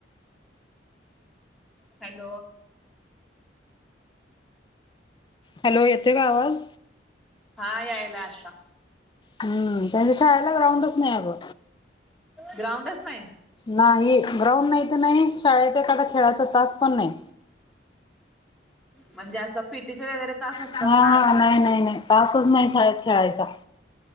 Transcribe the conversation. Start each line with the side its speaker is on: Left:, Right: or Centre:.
Centre: खल
Left: हॅलो येते का आवाज
Centre: हा यायला आत्ता
Left: हम्म त्यांळेला ग्रउं स् नाहीकू
Centre: ग्राउंडच नाही
Left: नाही ग्राउंड नाही तर नाही शाळेत एखादा खेळाचा तास पण नाही
Centre: म्हणजे असं पिटीचे वगरे तास असतात
Left: हा हा
Centre: ना
Left: नाही नाही नाही तासच नाही शाळात खेळायचा